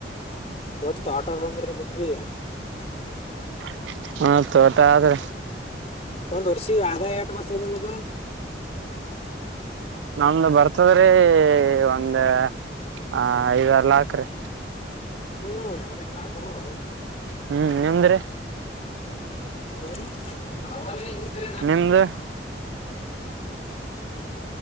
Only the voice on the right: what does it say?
<inaudible> ಹಾ ತೋಟ ಆದ್ರೆ
ನಮ್ದ ಬರ್ತದ್ರೀ ಒಂದ ಆ ಐದರ್ ಲಾಖ ರೀ
ಹ್ಮ್ ನಿಮ್ದ್ರೆ
ನಿಮ್ದು